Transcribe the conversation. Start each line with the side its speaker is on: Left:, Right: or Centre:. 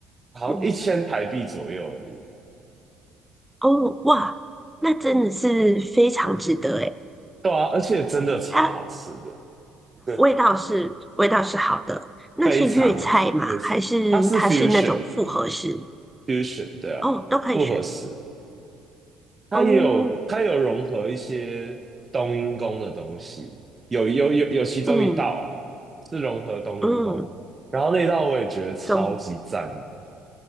Right: 好像一千台币左右而已。
Centre: 嗯，哦，哇，那真的是非常值得诶。
Right: 对啊，而且真的超好吃的，
Centre: 它
Right: <laughs>
Centre: 味道是味道是好的，那是粤菜吗？
Right: 非常非常，
Centre: 还是它是那种复合式？
Right: 它是 fusion fusion 对啊，
Centre: 哦，都可以选。
Right: 复合式。它也有它有融合一些冬阴功的东西，
Centre: 哦，
Right: 有有有有其中一道啊
Centre: 嗯
Right: 是融合冬阴功，
Centre: 嗯，
Right: 然后那道我也觉得超级赞的，
Centre: 总